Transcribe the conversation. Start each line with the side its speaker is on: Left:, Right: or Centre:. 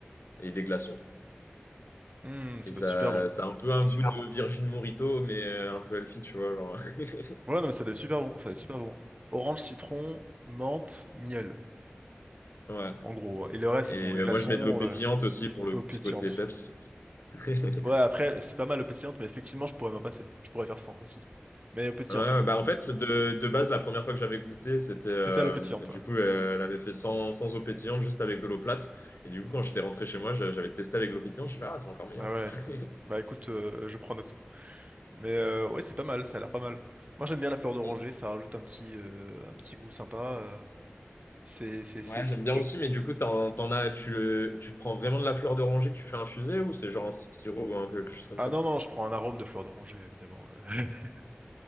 Left: et des glaçons.
Right: hum, ça
Left: Et
Right: doit
Left: ça,
Right: être super bon.
Left: ça a un peu un goût de Virgin Morito, mais euh, un peu healthy, tu vois, genre. <laughs>
Right: Ouais, non, mais ça doit être super bon, ça doit être super bon. Orange, citron, menthe, miel,
Left: Ouais.
Right: en gros. Et le reste,
Left: Et
Right: c'est bon, les
Left: euh,
Right: glaçons,
Left: moi, je mets de l'eau pétillante
Right: euh,
Left: aussi pour
Right: les
Left: le
Right: peaux
Left: petit
Right: pétillantes.
Left: côté peps. <laughs>
Right: Ouais, après, c'est pas mal aux pétillantes, mais effectivement, je pourrais m'en passer. Je pourrais faire ça aussi. Mais aux pétillantes,
Left: Ouais,
Right: ouais.
Left: bah en fait, de, de base, la première fois que j'avais goûté, c'était euh,
Right: C'était à l'eau pétillante,
Left: du
Right: ouais.
Left: coup, euh, elle avait fait sans, sans eau pétillante, juste avec de l'eau plate. Et du coup, quand j'étais rentré chez moi, je- j'avais testé avec l'eau pétillante. Je me suis dit, ah, c'est encore meilleur.
Right: Ah ouais.
Left: <laughs>
Right: Bah écoute, euh, je prends note. Mais euh, ouais, c'est pas mal, ça a l'air pas mal. Moi, j'aime bien la fleur d'oranger,
Left: Mm.
Right: ça rajoute un petit, euh, un petit goût sympa. euh. C'est, c'est, c'est,
Left: Ouais,
Right: c'est-
Left: j'aime bien
Right: tu-
Left: aussi, mais du coup, t'en, t'en as, tu, le- tu prends vraiment de la fleur d'oranger que tu fais infuser ou c'est genre un sirop ou un- quelque chose comme
Right: Ah
Left: ça?
Right: non, non, je prends un arôme de fleur d'oranger, évidemment. euh. <laughs>